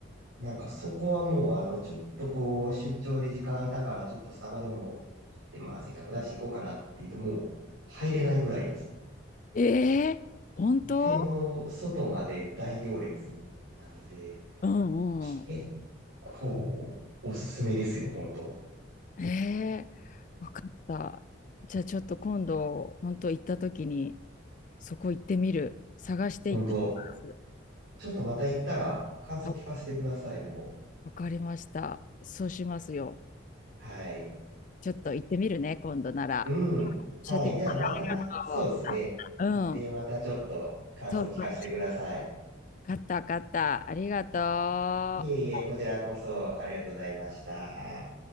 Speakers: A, on the right; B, on the left.
A: なんかそこはもう、あの、ちょっとこう、出張で時間空いたから、ちょっとスタバでも行って、まあ、せっかくだし行こうかなって言うと、もう、入れないぐらいです
B: ええ本当
A: 店の外まで大行列なんで、
B: うんうん。
A: 結構、おすすめですよ、本当
B: ええわかった。じゃあちょっと今度本当行った時にそこ行ってみる。探して行ってみます
A: 本当ちょっとまた行ったら、感想聞かせてください、
B: あ
A: もう。
B: わかりました。そうしますよ。
A: はい。
B: ちょっと行ってみるね、今度なら。
A: うん。はい。
B: 教えてく
A: じゃあまた、
B: れよ。
A: そうですね。
B: うん。
A: 行って、またちょっと感想聞かせてください。
B: そうそう。わかった、わかった。ありがとう。
A: いえいえ、こちらこそありがとうございました。